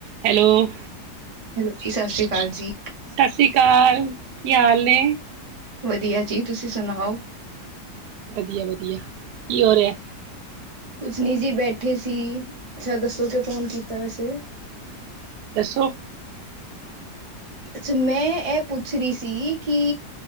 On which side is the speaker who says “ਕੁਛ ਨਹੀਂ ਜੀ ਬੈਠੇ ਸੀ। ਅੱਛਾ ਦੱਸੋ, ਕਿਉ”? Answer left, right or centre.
Right